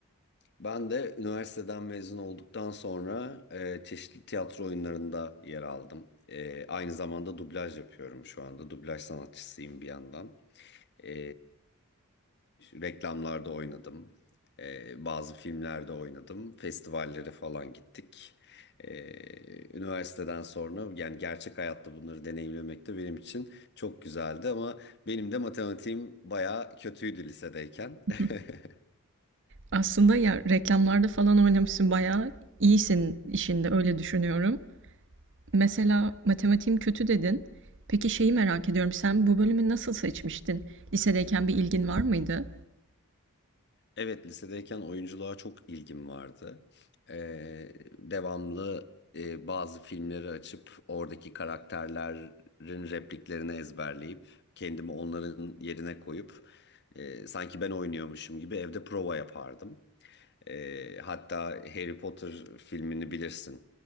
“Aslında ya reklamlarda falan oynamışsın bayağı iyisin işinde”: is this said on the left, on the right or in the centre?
Right